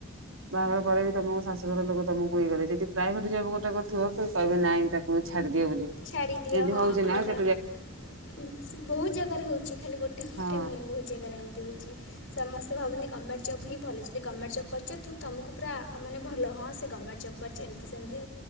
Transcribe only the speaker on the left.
ଛାଡ଼ିଦିଅ
ହଁ
ଘର
ବହୁତ ଜାଗାରେ ହଉଛି ଖାଲି ଗୋଟେ ଗୋଟେ
ନୁହେଁ ବହୁତ ଜାଗାରେ ଏମିତି ହଉଛି। ସମେ ଭାବନ୍ତି ଗଭର୍ଣ୍ମେଣ୍ଟ ଜବ୍ ହିଁଲଦ ଗମେଣ୍ଟ ଜବ୍ କରିଛ ତୁକୁ ପୁରା ମାନେଲ ହଁ ସେ ଗମେଣ୍ଟ ଜବ୍। କରଛି ଏମିତି ସେମତି